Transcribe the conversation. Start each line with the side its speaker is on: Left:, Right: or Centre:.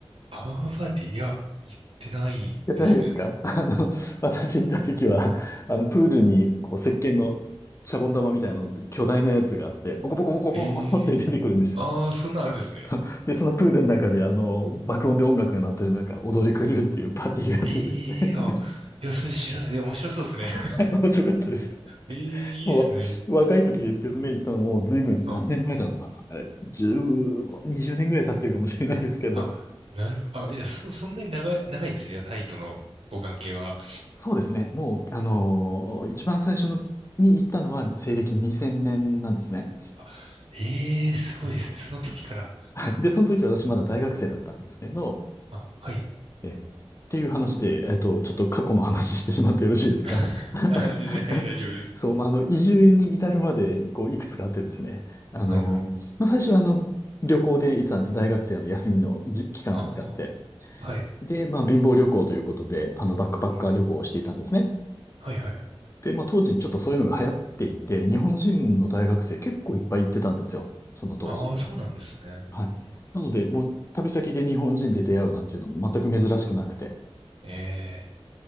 Right: アワマパーティー、いや、行ってないですね。
Left: やってないですか <laughs> あの、私行った時は、あの、プールに、こう、石鹸のシャボン玉みたいなの、巨大なやつがあって、ポコポコポコポコポコって出てくるんですよ。
Right: ええーああー、そんなんあるんですね。
Left: <laughs> で、そのプールの中で、あの、爆音で音楽が鳴ってる中、踊り狂うっていうパーティーがあってですね。
Right: ええーあ、
Left: <laughs>
Right: いや、それ知らない。え、面白そうですね。
Left: はい面白かったです。
Right: <laughs> ええーいいですね。
Left: もう、若い時ですけどね、行ったのもう随分、
Right: あ、
Left: 何年前だろうな。あれ、15、20年ぐらい経ってるかもしれないですけど。
Right: あ、なるほど。あ、いや、そ、そんなに長い、長いんですよ、タイとのご関係は。
Left: そうですね。もう、あのー一番最初のに行ったのは西暦2000年なんですね。
Right: あ、ええーすごいですね。その時から。
Left: はい。で、その時私まだ大学生だったんですけど、
Right: あ、はい。
Left: え、っていう話で、えっと、ちょっと過去の話してしまってよろしいですか
Right: <laughs> あ、全然、
Left: <laughs>
Right: はい、大丈夫です。
Left: そう、まあ、あの、移住に至るまで、こう、いくつかあってですね。あのーまあ、
Right: はい、はい。
Left: 最初はあの、旅行で行ってたんです。大学生の休みのじ期間を使って。
Right: ああ、はい。
Left: で、まあ、貧乏旅行ということで、あの、バックパッカー旅行をしていたんですね。
Right: うんはい、はい。はい
Left: で、まあ当時ちょっとそういうのが流行っていて、日本人の大学生結構いっぱい行ってたんですよ。その当時。
Right: ああ、そうなんですね。
Left: はい。
Right: うん
Left: なので、もう旅先で日本人で出会うなんていうのも全く珍しくなくて。
Right: ええ